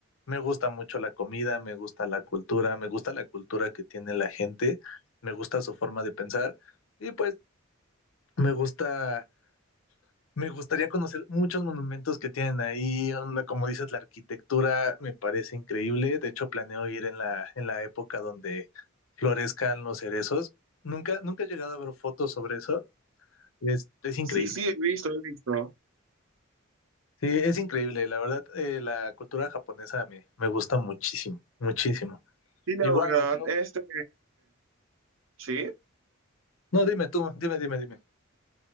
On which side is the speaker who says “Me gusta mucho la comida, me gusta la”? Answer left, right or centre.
Left